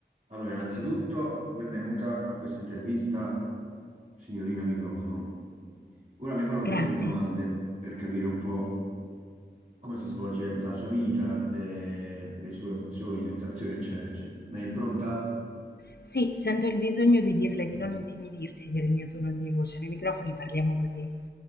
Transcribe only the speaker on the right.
Allora, innanzitutto, benvenuta a questa intervista, signorina microfono. Ora le farò delle
domande per capire un po' come si svolge la sua vita, le, le sue emozioni, sensazioni, eccetera, eccetera. Lei è pronta?